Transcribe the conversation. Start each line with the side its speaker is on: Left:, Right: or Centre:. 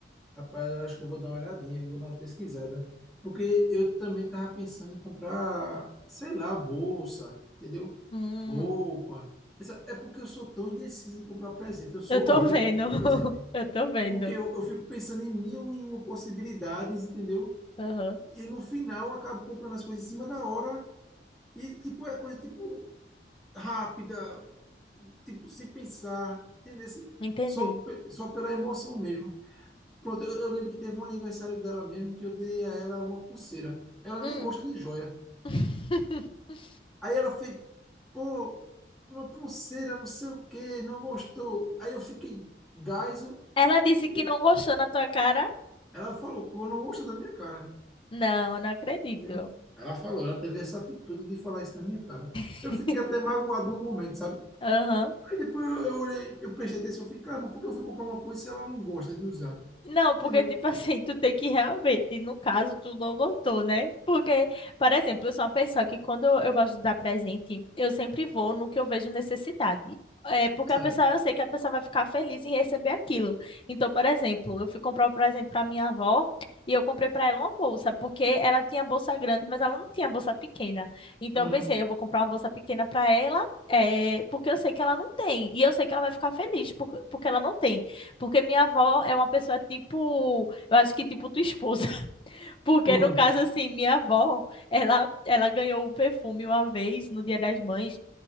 Centre: rapaz, eu acho que eu vou dar uma olhadinha, vou dar uma pesquisada. Porque eu também tava pensando em comprar, sei lá, bolsa, entendeu?
Left: Hum,
Centre: Roupa. Essa, é porque eu sou tão indeciso em comprar presente, eu sou
Left: eu tô
Centre: horrível
Left: vendo.
Centre: para comprar
Left: <laughs>
Centre: presente.
Left: Eu tô vendo.
Centre: Porque eu, eu fico pensando em mil e uma possibilidades, entendeu?
Left: Aham.
Centre: e no final acabo comprando as coisas em cima da hora e tipo é coisa tipo rápida, tipo sem pensar, entendeu?
Left: Entendi.
Centre: Só, pe- só pela emoção mesmo. Pronto, eu, eu lembro que teve um aniversário dela mesmo que eu dei a ela uma pulseira. Ela
Left: Hum.
Centre: nem gosta de joia.
Left: <laughs>
Centre: Aí ela fez, pô, uma pulseira, não sei o quê, não gostou. Aí eu fiquei gaiso,
Left: Ela disse
Centre: entendeu?
Left: que não gostou na tua cara?
Centre: Ela falou, eu não gosto da minha cara.
Left: Não, não acredito.
Centre: Entendeu? Ela falou, ela teve essa atitude de falar isso na minha cara.
Left: <laughs>
Centre: Eu fiquei até magoado no momento, sabe?
Left: Aham.
Centre: Aí depois eu, eu olhei, eu prestei atenção, eu fiquei, caramba, por que eu fui comprar uma coisa se ela não gosta de usar?
Left: Não, porque,
Centre: Entendeu?
Left: tipo <laughs> assim, tu tem que realmente, no caso, tu não notou, né? Porque, por exemplo, eu sou uma pessoa que quando eu gosto de dar presente, eu sempre vou no que eu vejo necessidade. É porque a
Centre: É.
Left: pessoa, eu sei que a pessoa vai ficar feliz em receber aquilo. Então, por exemplo, eu fui comprar um presente para minha avó e eu comprei para ela uma bolsa, porque ela tinha bolsa grande, mas ela não tinha bolsa pequena. Então,
Centre: Aham.
Left: eu pensei, eu vou comprar uma bolsa pequena para ela, é, porque eu sei que ela não tem. E eu sei que ela vai ficar feliz por- porque ela não tem. Porque minha avó é uma pessoa tipo, eu acho que tipo tua esposa. <laughs> Porque
Centre: <laughs>
Left: no caso assim, minha avó, ela ela ganhou o perfume uma vez no Dia das Mães